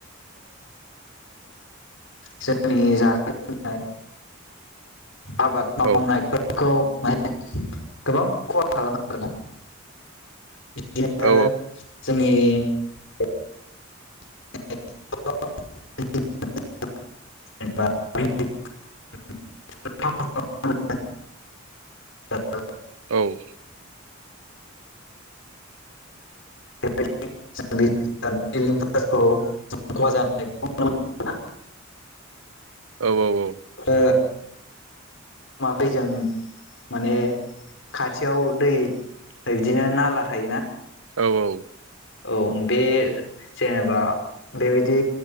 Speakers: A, on the left; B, on the right.
A: जोंनि जानाय लोंनाय आबाद मावनायफोरखौ
B: औ
A: माइ गोबां खहा खालामो आरोना बिदिनो
B: औ
A: जोंनि <inaudible> <inaudible>
B: औ
A: <inaudible>
B: औ औ औ
A: ओ मा फैजों माने खाथियाव दै बिदिनो नाला थायोना
B: औ औ
A: औ बे जेनेबा बेबायदि